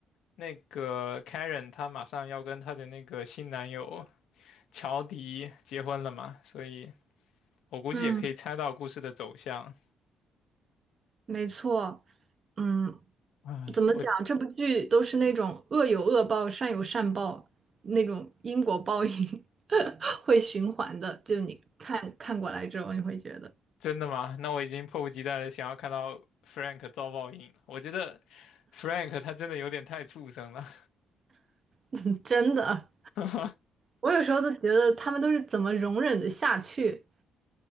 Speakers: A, on the left; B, on the right.
A: 那个 Karen 她马上要跟她的那个新男友乔迪结婚了嘛，所以我估计也可以猜到故事的走向。
B: 嗯。没错，嗯，
A: 唉，
B: 怎么讲？
A: 我
B: 这部剧都是那种恶有恶报，善有善报，那种因果报应 <laughs> 会循环的。就你看看过来之后，你会觉得
A: 真的吗？那我已经迫不及待的想要看到 Frank 遭报应了。我觉得 Frank 他真的有点太畜生了。
B: <laughs> 真的，
A: <laughs>
B: 我有时候都觉得他们都是怎么容忍的下去？